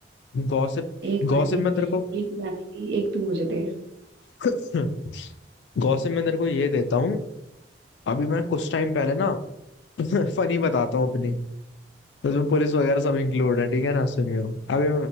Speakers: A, on the left; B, on the right.
A: गॉसिप
B: एक मैंने
A: गॉसिप में तेरे को
B: एक मैंने दी एक तू मुझे दे
A: <coughs> <laughs> गॉसिप में तेरे को ये देता हूँ अभी मैं कुछ टाइम पहले ना <laughs> फनी बताता हूँ अपनी उसमें पुलिस वगैरह सब इंक्लूड है ठीक है ना सुनियो अभी